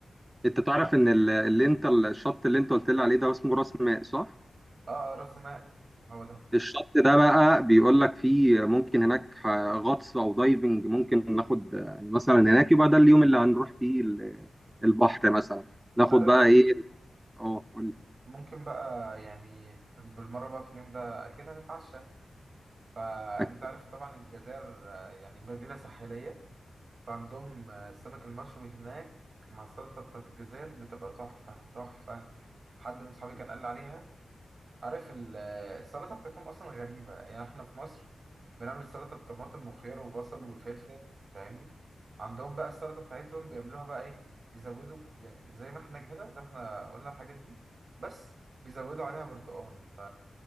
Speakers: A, on the right; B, on the right.
A: انت تعرف ان ال- اللي انت الشط اللي انت قلت لي عليه ده اسمه راس ماء صح؟
B: اه اه راس ماء هو ده
A: الشط ده بقى بيقول لك فيه ممكن هناك غطس او دايفنج ممكن ناخد يعني مثلا هناك يبقى ده اليوم اللي هنروح فيه ال- البحر مثلا ناخد
B: انت عارف
A: بقى ايه اه قول لي.
B: ممكن بقى يعني في- بالمرة بقى في اليوم ده اكيد هنتعشى فانت
A: أكل
B: عارف طبعا الجزائر آه، يعني مدينة ساحلية فعندهم آه، السمك المشوي هناك مع السلطة بتاعت الجزائر بتبقى تحفة تحفة حد من صحابي كان قال لي عليها عارف ال- السلطة بتاعتهم أصلا غريبة يعني إحنا في مصر بنعمل السلطة بطماطم وخيار وبصل وفلفل فاهمني عندهم بقى السلطة بتاعتهم بيعملوها بقى إيه بيزودوا يعني زي ما إحنا كده زي ما إحنا قلنا الحاجات دي بس بيزودوا عليها برتقال ف